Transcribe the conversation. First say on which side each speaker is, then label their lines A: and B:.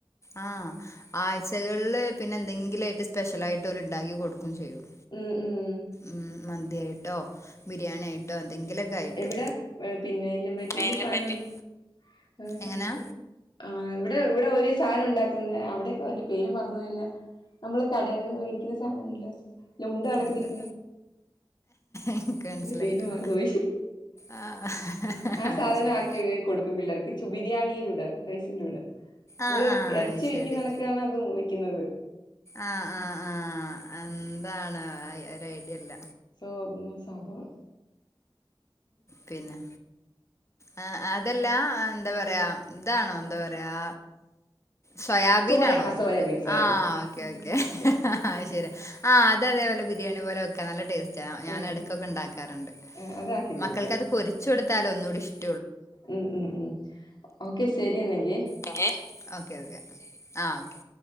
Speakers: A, on the left; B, on the left.
A: ആ ആഴ്ചകളില് പിന്നെ എന്തെങ്കിലുംഅ യിട്ട് സ്പെഷ്യലായിട്ട് ഓല് ഇ ണ്ടാക്കി കൊടുക്കയും ചെയ്യും.
B: ഉം ഉം
A: ഉം മ യിട്ടോ ബിരിയാണി ആയിട്ടോ. എന്തെങ്കിലൊക്കെ ആയിട്ട്
B: എവിടെ പിന്നെ മറ്റ
A: മെയിലും
B: വലയ സാാനംണ്ട്
A: മറ്റും
B: ആ സാനത്തി
A: എങ്ങനാ
B: <unintelligible> ആ എവിടെ എവിടെ ഒരു സാധനം ഉണ്ടാക്കുന്നേ. അവിടെക്കെ അതിന്റെ പേര് മറന്ന് പോയല്ലോ? നമ്മള് കടയിൽ നിന്ന് മേടിക്കുന്ന സാധനംണ്ടല്ലോ? ഇല്ല ഉണ്ട കണക്കെ
A: എന്താ
B: തിരിക്കുന്ന
A: എനിക്ക് മനസ്സിലായിട്ടില്ല
B: ഇന്റെ പേര് മറന്ന് പോയി.
A: ആഹ്
B: ഉ ആ
A: അത്
B: സാധനആക്കി
A: ശരി
B: കൊടുക്കും. പിള്ളേർക്ക് ചോ ബിരിയാണിയിലൂ ടെ റൈസിന്റെ കൂടെ.
A: ആഹ്
B: മ്മള്
A: ആഹ്
B: എറച്ചി
A: അത്
B: വെക്കുന്നടക്കാണ്
A: ശരി
B: അതും വെക്കുന്നത്.
A: ആഹ് ആഹ് ആഹ് എന്താണ് അ ഒരു ഐഡിയ ല്ല.
B: സോ <unintelligible> സബർ
A: പിന്നെ അ അതെല്ലാ എന്താ പറയാ ഇതാണോ എന്താ പറയാ സോയാബീൻ
B: സോയ
A: ആണോ.
B: ആ സോയാബീൻ സോയാബീൻ
A: ആ ഓക്കേ
B: ഉം
A: ഓക്കേ
B: സോയാബീൻ
A: ഹ ഹ അത് ശരി ആ ഇത് അതേപോലെ ബിരിയാണി പോലെ വെക്കൻ നല്ല ടേസ് റ്റാ ആ ഞാൻ
B: ഉം
A: എടക്കൊക്കെ ഇ ണ്ടാക്കാറുണ്ട്.
B: ആ, അതാക്കി കൊടുക്കാറ്
A: മക്കൾക്ക് അത് പൊരിച്ച് കൊടുത്താല ഒന്നൂടി ഇഷ്ട
B: ഉം ഉം ഉം ഓക്കെ ശരിയ നെങ്കി.
A: എ ഓക്കേ ഓക്കേ ആ ഓക്കേ.